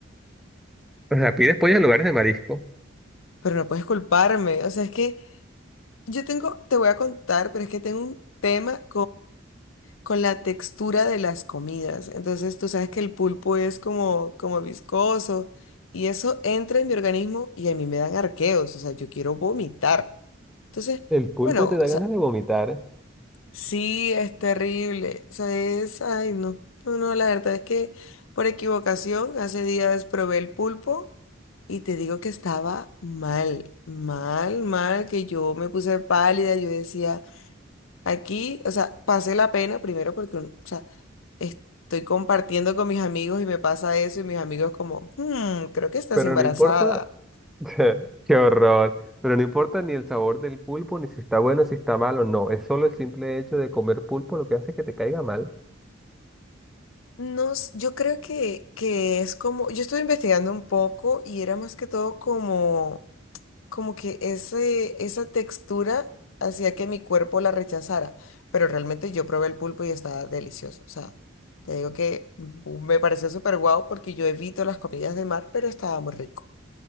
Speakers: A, in the centre; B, on the left (about 85°).
A: O sea, pides pollo en lugares de marisco.
B: Pero no puedes culparme. O sea, es que yo tengo, te voy a contar, pero es que tengo un tema con la textura de las comidas. Entonces, tú sabes que el pulpo es como, como viscoso y eso entra en mi organismo y a mí me dan arqueos, o sea, yo quiero vomitar. Entonces,
A: El pulpo
B: bueno,
A: te da
B: o
A: ganas
B: sea,
A: de vomitar,
B: sí es terrible, o sea, es, ay, no, no, no, la verdad es que por equivocación hace días probé el pulpo y te digo que estaba mal, mal, mal, que yo me puse pálida, yo decía, aquí, o sea, pasé la pena primero porque, uno- o sea, estoy compartiendo con mis amigos y me pasa eso y mis amigos como, "Hmm, creo que estás
A: pero
B: embarazada.
A: no importa, <laughs> qué horror, pero no importa ni el sabor del pulpo, ni si está bueno, si está malo, no, es solo el simple hecho de comer pulpo lo que hace que te caiga mal.
B: No, s- yo creo que, que es como, yo estuve investigando un poco y era más que todo como, como que ese, esa textura hacía que mi cuerpo la rechazara, pero realmente yo probé el pulpo y estaba delicioso, o sea, te digo que mm, me pareció súper guau porque yo evito las comidas de mar, pero estaba muy rico.